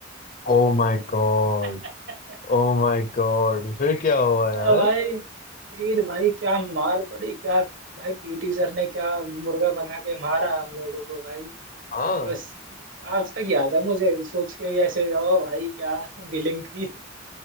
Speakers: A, on the left; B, on the right.
A: Oh my god
B: लिया
A: Oh
B: <laughs>
A: my god फिर क्या हुआ
B: अ,
A: यार
B: भाई फिर भाई क्या मार पड़ी क्या भाई पीटी सर ने क्या मुर्गा बना के मारा हम लोगों को भाई
A: हाँ
B: बस आज तक याद है मुझे सोच के भी ऐसे ओ भाई क्या फीलिंग थी